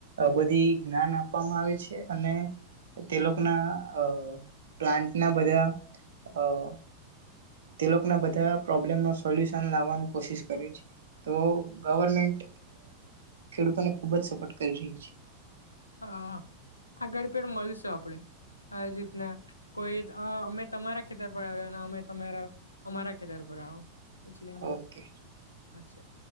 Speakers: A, on the right; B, on the left.
A: બધી જ્ઞાન આપવામાં આવે છે અને તે લોકોના અ પ્લાન્ટના બધા. હ. તે લોકોના બધા પ્રોબ્લેમ ન સોલ્યુશન લાવવાની કોશિશ કરે છે તો ગવર્મેન્ટ ખેડૂતોને ખુબ જ સપોર્ટ કરી રહી છે.
B: હા આ ગડી પેટ મળીશું આપણે. હા રીતના. કોઈ અમે તમારા ખેતર પર આવ્યા અને અમેરા અમારા ખેતર પર આવ. એટલે એમ મળે.
A: ઓકે
B: અચ્છા.